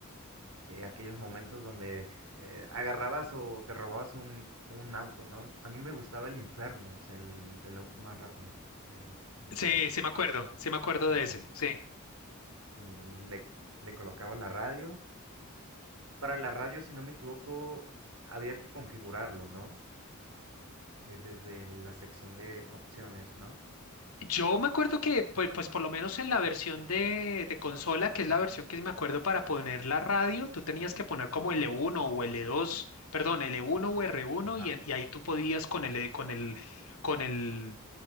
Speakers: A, on the right; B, on the left.
A: eh, aquellos momentos donde eh, agarrabas o te robabas un, un auto, ¿no? A mí me gustaba el Infernus, el, el auto más rápido del, del
B: Sí,
A: juego.
B: sí me acuerdo, sí me acuerdo
A: Sí,
B: de
A: sí.
B: ese, sí.
A: Y le, le colocaba la radio. Para la radio, si no me equivoco, había que configurarlo, ¿no? Eh, desde la sección de opciones, ¿no?
B: Yo me acuerdo que, pues, pues por lo menos en la versión de, de consola, que es la versión que me acuerdo para poner la radio, tú tenías que poner como l uno o l dos perdón, l uno o r uno
A: Ajá.
B: y, en- y ahí tú podías con el, con el, con el